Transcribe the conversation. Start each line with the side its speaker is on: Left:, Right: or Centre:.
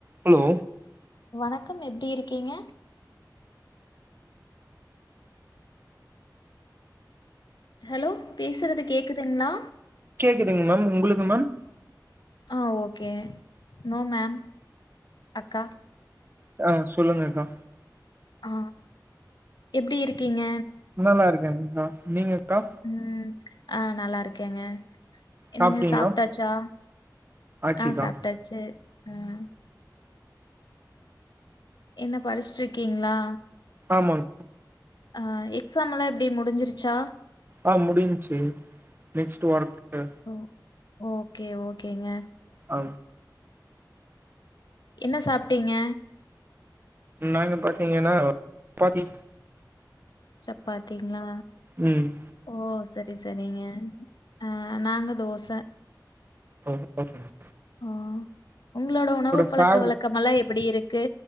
Right: ஹலோ
Left: வணக்கம் எப்டி இருக்கீங்க ஹலோ பேசுறது கேக்குதுங்களா
Right: குதுங்க மேம் உங்களுக்கு மேம்
Left: ஆ ஓகே நோ மேம் அக்கா
Right: ஆ சொல்லுங்கக்கா
Left: ஆ எப்டி இருக்கீங்க
Right: நல்லா இருக்கேங்கக்கா நீங்கக்கா
Left: ம் ஆ நல்லா இருக்கேங்க என்னங்க
Right: சாப்ட்டீங்களா
Left: சாப்ட்டாச்சா
Right: ஆச்சுக்கா
Left: ஆ சாப்ட்டாச்சி அ என்ன படிச்சிட்ருக்கீங்களா
Right: ஆமாங்
Left: அ எக்ஸாமெல்லா எப்டி முடிஞ்சிருச்சா
Right: ஆ முடிஞ்ச்சி நெக்ஸ்ட்டு ஒர்க்கு
Left: ஓ ஓகே ஓகேங்க
Right: அ
Left: என்ன சாப்ட்டீங்க
Right: நாங்க பாத்தீங்கன்னா பாத்தி
Left: சப்பாத்திங்ளா
Right: ம்
Left: ஓ சரி சரிங்க ஆ நாங்க தோச
Right: ஓ ஓகே மேம்
Left: ஆ உங்களோட உணவு பழக்க
Right: ஃபேவரட்
Left: வழக்கமெல்லா எப்டி இருக்கு